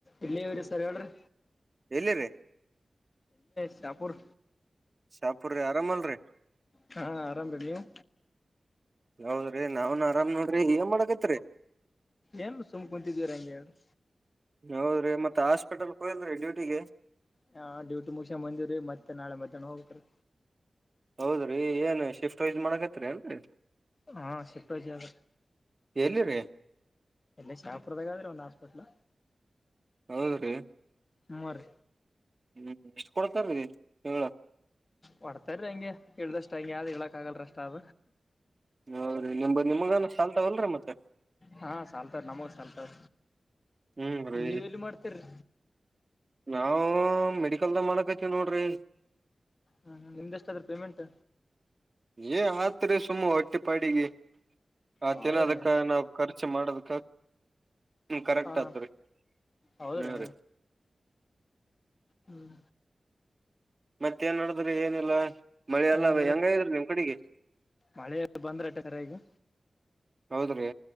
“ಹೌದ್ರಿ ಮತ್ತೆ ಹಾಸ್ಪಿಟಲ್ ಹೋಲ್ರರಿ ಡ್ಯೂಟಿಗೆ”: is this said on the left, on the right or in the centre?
Right